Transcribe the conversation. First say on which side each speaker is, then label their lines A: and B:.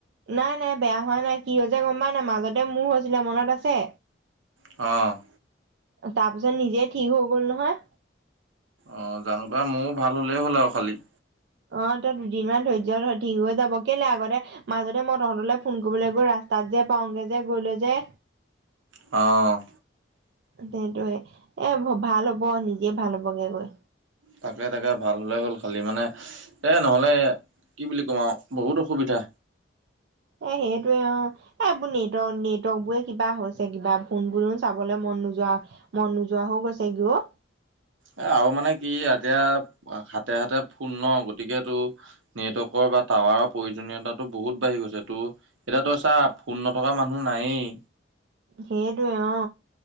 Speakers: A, on the right; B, on the right.
A: নাই, নাই, বেয়া হোৱা নাই, কি হৈছে গম পাৱ নাই, মাজতে মোৰ হৈছিলে মনত আছে।
B: অ'।
A: তাৰ পিছত নিজে ঠিক হৈ গ'ল নহয়।
B: অ', জানো পা, মোৰো ভাল হ'লেই হ'ল আৰু খালি।
A: অ', তই দুদিনমান ধৈৰ্য ধৰ, ঠিক হৈ যাব, কেলে আগতে মাজতে মই তহঁতলৈ ফোন কৰিবলৈ গৈ ৰাস্তাত যে পাওঁগে যে গৈ লৈ যে।
B: অ'।
A: সেইটোয়ে এ, ভাল হ'ব, নিজে ভাল হ'বগে গৈ।
B: তাকে, তাকে, ভাল হ'লে হ'ল, খালী মানে এই নহ'লে কি বুলি ক'ম আৰু বহুত অসুবিধা।
A: এ, সেইটোৱে অ। এই এইবোৰ নেটৱৰ্ক-নেটৱৰ্ক বোৰে কিবা হৈছে, কিবা ফোনবোৰো চাবলে মন নোযোৱা মন নোযোৱা হৈ গৈছে গে অ।
B: এ, আৰু মানে কি এতিয়া, হাতে-হাতে ফোন ন, গতিকে তোৰ নেটৱৰ্কৰ বা টাৱাৰৰ প্ৰয়োজনীয়তাটো বহুত বাঢ়ি গৈছেটো। এতিয়া তই চা ফোন নথকা মানুহ নায়েই।
A: সেইটোৱে, অ।